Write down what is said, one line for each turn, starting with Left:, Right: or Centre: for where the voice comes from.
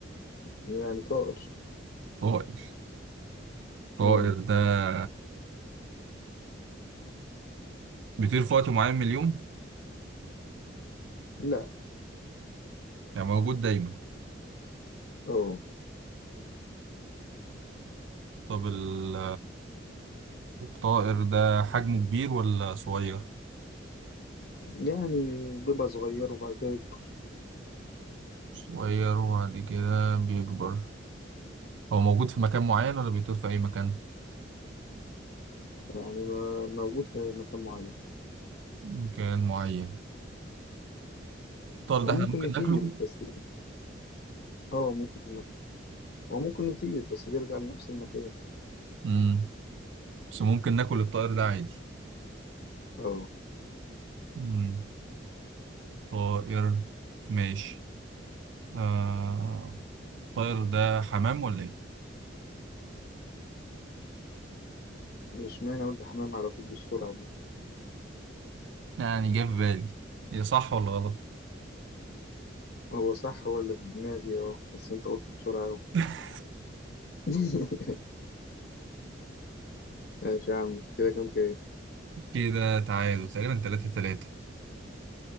Left: يعني طائر
Right: طائر طائر
Left: مم.
Right: ده بيطير في وقت معين من اليوم
Left: لا
Right: يعني موجود دايما
Left: أه
Right: طب ال الطائر ده حجمه كبير ولا صغير
Left: يعني بيبقى صغير وبعد كده يكبر
Right: صغير وبعد كده بيكبر هو موجود في مكان معين ولا بيطير في أي مكان
Left: يعني ما موجود في مكان معين
Right: مكان معين الطائر ده
Left: وممكن
Right: احنا ممكن
Left: يطير
Right: ناكله
Left: بس اه ممكن مك... وممكن يطير بس بيرجع لنفس المكان
Right: مم. بس ممكن ناكل الطائر ده عادي
Left: اه
Right: مم. طائر ماشي آه... الطائر ده حمام ولا ايه
Left: مش معنى قلت حمام على طول بالسرعة دي
Right: يعني جه في بالي هي صح ولا غلط
Left: هو صح هو اللي في دماغي اه بس انت قلت بسرعة أوي
Right: <laughs>
Left: <laughs> ماشي يا عم كده كام كام
Right: كده تعادل تقريبا تلاتة تلاتة